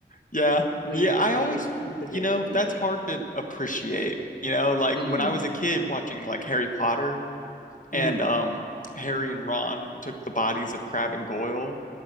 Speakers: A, on the left; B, on the left.
A: Yeah.
B: when
A: Yeah, I
B: when
A: always,
B: she
A: you
B: possessed
A: know,
B: him yeah
A: that's hard to appreciate. You know, like
B: mm,
A: when I was a kid watching like Harry Potter and
B: mm,
A: um Harry and Ron took the bodies of Crab and Goyle,